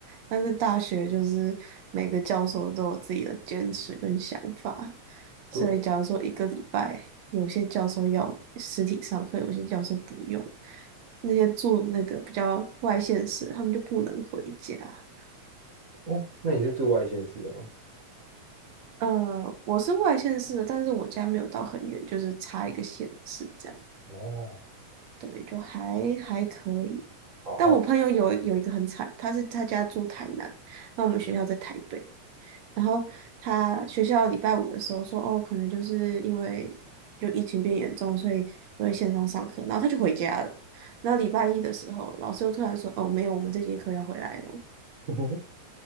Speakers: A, on the right (about 65°); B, on the right (about 40°).
A: 但是大学就是每个教授都有自己的坚持跟想法，所以假如说一个礼拜有些教授要实体上课，
B: 对
A: 有些教授不用，那些住那个比较外县市，他们就不能回家。
B: 哦。那你是住外县市的吗？
A: 呃，我是外县市的，但是我家没有到很远，就是差一个县市这样。
B: 哦，
A: 对，就还还可以。
B: 好好
A: 但我朋友有有一个很惨，他是他家住台南，那我们学校在台北。然后他学校礼拜五的时候说，哦，可能就是因为就疫情变严重，所以就会线上上课。然后他就回家了。然后礼拜一的时候，老师又突然说，哦，没有，我们这节课要回来哦。
B: <laughs>